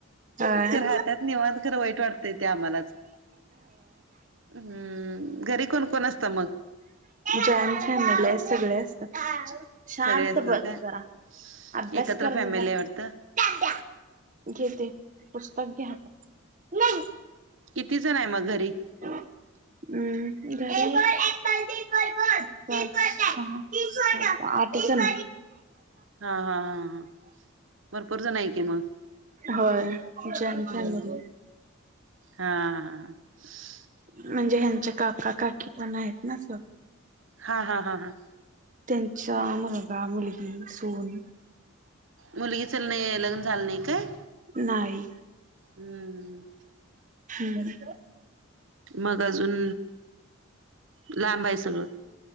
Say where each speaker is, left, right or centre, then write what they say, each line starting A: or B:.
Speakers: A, on the right; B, on the right.
A: अ होय
B: ते राहतात निवां खर वाईट वाटतय ते आम्हालाच, हम् घरी कोण-कोण असत मग?
A: जॉईन फॅमिली आहे सगळे असतात. शांत
B: सगळे असतात
A: बस
B: काय
A: जरा, अभ्यास
B: एकत्र
A: करजा,
B: फॅमिली
A: जा.
B: आहे वाटतं
A: घे ते पुस्तक, घे हाता नाही
B: किती जण आहे मग घरी?
A: हम् घरी पाच -सहा सात, आठ जण.
B: हा, हा, हा, हा भरपूर जण आहे की मग.
A: हो जॉइन्ट
B: हम्म
A: फॅमिली आहे.
B: हा, हा हं
A: म्हणजे ह्यांच्या काका- काकी पण आहेत ना असं.
B: हा, हा, हा, हां
A: त्यांच्या मुलगा- मुलगी, सून.
B: मुलगी च नाही लग्न झालं नाही काय?
A: नाही.
B: हं हं
A: हम्म
B: मग अजून लांब आहे सगळं